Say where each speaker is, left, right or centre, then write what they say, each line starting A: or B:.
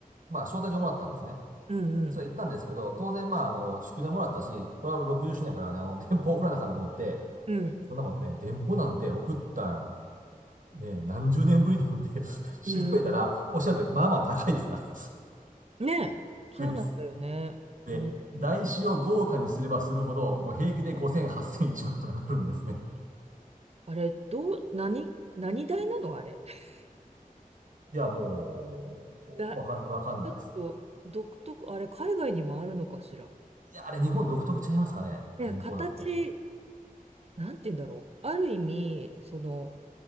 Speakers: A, on the right; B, on the right.
A: まあ、招待状もらったんですね。
B: うん、うん、
A: それ行ったんですけど、当然、まあ、あの、宿題もらったし、これは60周年やからね、あの、<laughs> 電報送らなあかんと思って、
B: うん、
A: そんなもんね、電報なんて送ったん、ね、何十年ぶりなんで <laughs> 調べたら、
B: うん、
A: おっしゃるとり、
B: うん。
A: まあまあ高いですね、あれ。<laughs>
B: ねえ、そうなんだよね。
A: 高いです。で、
B: うん、
A: 台紙を豪華にすればするほど、
B: うん
A: もう平気で5000、8000、1万とかなるんですね。
B: あれ、どう、何、何代なのあれ。<laughs>
A: いや、もう、
B: だ、
A: わかん、わかんないです。
B: お独特、あれ、海外にもあるのかしら。
A: いや、あれ日本独特ちゃいますかね、
B: ね、
A: 電報なんて。
B: 形、なんて言うんだろう。ある意味、その、